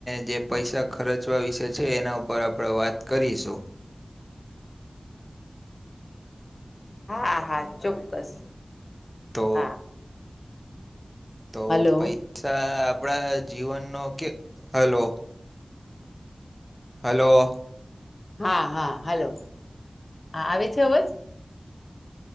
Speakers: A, in the centre; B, on the left.
A: જે પૈસા ખર્ચવા વિશે છે એના ઉપર આપણે વાત કરીશું.
B: હા હા ચોક્કસ
A: તો
B: હા
A: તો
B: હલો
A: પૈસા આપણા જીવનનો કે હલો હલો
B: હા હા હલો હા આવે છે અવજ